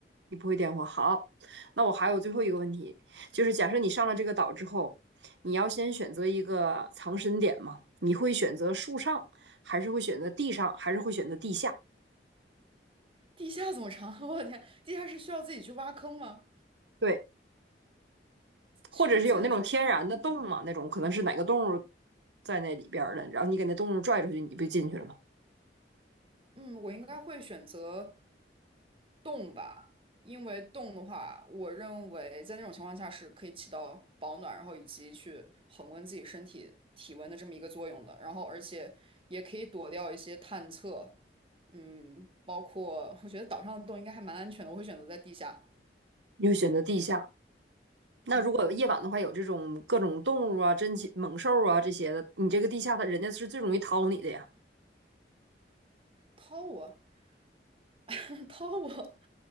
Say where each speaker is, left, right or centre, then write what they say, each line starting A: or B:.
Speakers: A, on the right (about 85°); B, on the right (about 30°).
A: 你不会点火，好，那我还有最后一个问题，就是假设你上了这个岛之后，你要先选择一个藏身点嘛？你会选择树上，还是会选择地上，还是会选择地下？
B: 地下怎么藏？<laughs> 我的天，地下室需要自己去挖坑吗？
A: 对，
B: 需要自己去
A: 或者是有那种天然的洞嘛？
B: 挖吗
A: 那种可能是哪个动物在那里边儿的，然后你给那动物拽出去，你不就进去了吗？
B: 嗯，我应该会选择洞吧，因为洞的话，我认为在那种情况下是可以起到保暖，然后以及去恒温自己身体体温的这么一个作用的。然后，而且也可以躲掉一些探测，嗯，包括我觉得岛上的洞应该还蛮安全的，我会选择在地下。
A: 你会选择地下。那如果夜晚的话，
B: 嗯，
A: 有这种各种动物啊、珍禽猛兽啊这些的，你这个地下的人家是最容易掏你的呀。
B: 掏我，<laughs> 掏我。